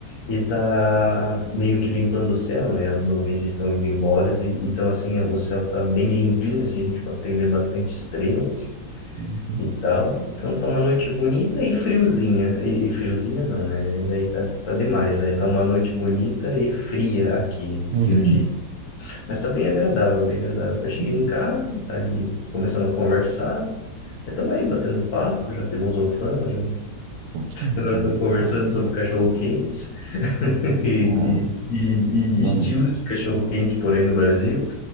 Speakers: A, on the left; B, on the right.
A: e tá meio que limpando o céu, né? As nuvens estão indo embora, e- então assim, é, o céu tá bem limpinho, assim, a gente consegue ver bastante estrelas.
B: uhum,
A: E tal, então tá uma noite bonita e friozinha. E, e friozinha não, né? Aí tá, tá demais, né? Tá uma noite bonita e fria aqui,
B: uhum,
A: eu digo. Mas tá bem agradável, bem agradável.
B: <clears throat>
A: Eu cheguei
B: uhum.
A: em casa, aí começamos a conversar. Estamos aí batendo papo, já filosofamos, já.
B: Sim,
A: Agora
B: da
A: estamos
B: melhor
A: conversando
B: forma.
A: sobre cachorro-quentes <laughs> e,
B: Só-
A: e- e-
B: não-
A: e estilos de cachorro-quente por aí no Brasil.